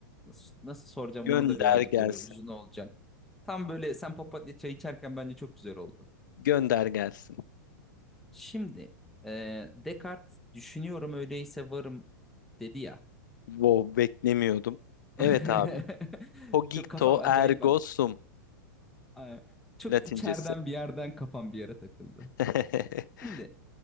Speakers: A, in the centre; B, on the left.
A: Nasıl, nasıl soracağım
B: Gönder
A: onu da birazcık
B: gelsin.
A: böyle uzun olacak. Tam böyle sen papatya çay içerken bence çok güzel oldu.
B: Gönder gelsin.
A: Şimdi e, Descartes düşünüyorum öyleyse varım dedi ya.
B: Wow, beklemiyordum. Evet
A: <laughs>
B: abi. Cogito
A: Çok kafam acayip
B: ergo
A: bak.
B: sum
A: Aa, Çok
B: Latincesi.
A: içeriden bir yerden kafam bir yere takıldı.
B: <laughs>
A: Şimdi